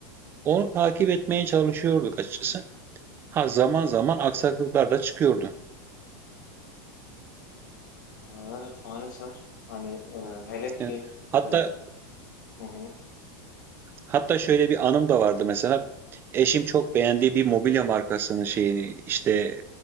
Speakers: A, on the right; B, on the left.
A: Onu takip etmeye çalışıyorduk açıkçası. Ha zaman zaman aksaklıklar da çıkıyordu.
B: Evet maalesef. Hani e, hele ki
A: Evet. Hatta
B: e, hı hı.
A: hatta şöyle bir anım da vardı mesela. Eşim çok beğendiği bir mobilya markasının şeyini işte